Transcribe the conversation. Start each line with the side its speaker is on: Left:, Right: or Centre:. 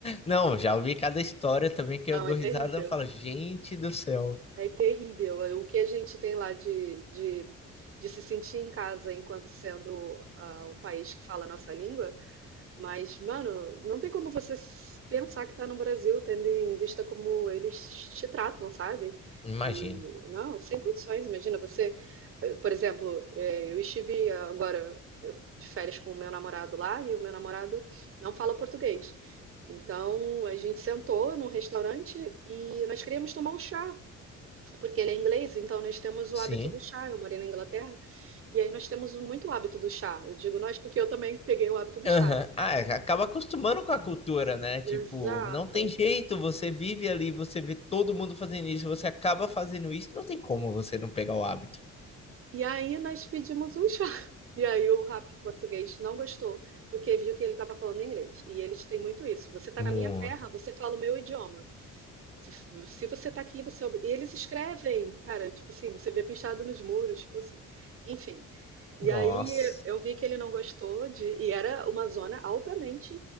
Left: Não, já ouvi cada história também que
Right: Não,
Left: eu dou
Right: é terrível.
Left: risada e falo, gente do céu.
Right: É terrível. O que a gente tem lá de, de, de se sentir em casa enquanto sendo ah, um país que fala a nossa língua mas, mano, não tem como você s- pensar que tá no Brasil, tendo em vista como eles te tratam, sabe?
Left: Imagino.
Right: E, não, sem condições. Imagina você, eh, por exemplo, eh, eu estive ah, agora eu- de férias com o meu namorado lá e o meu namorado não fala português. Então a gente sentou num restaurante e nós queríamos tomar um chá, porque ele é inglês, então nós temos o
Left: Sim.
Right: hábito do chá. Eu morei na Inglaterra e aí nós temos muito hábito do chá. Eu digo nós porque eu também peguei o hábito do
Left: Aham.
Right: chá.
Left: Ah, é, acaba acostumando com a cultura, né? Tipo,
Right: Exato.
Left: não tem jeito, você vive ali, você vê todo mundo fazendo isso, você acaba fazendo isso, não tem como você não pegar o hábito.
Right: E aí nós pedimos um chá. E aí o rapaz português não gostou, porque viu que ele estava falando inglês. E eles têm muito isso. Você está
Left: Muito.
Right: na minha terra, você fala o meu idioma. Se se você está aqui, você. é obri- E eles escrevem, cara, tipo assim, você vê pichado nos muros, tipo assim. Enfim. E
Left: Nossa.
Right: aí eu vi que ele não gostou de. E era uma zona altamente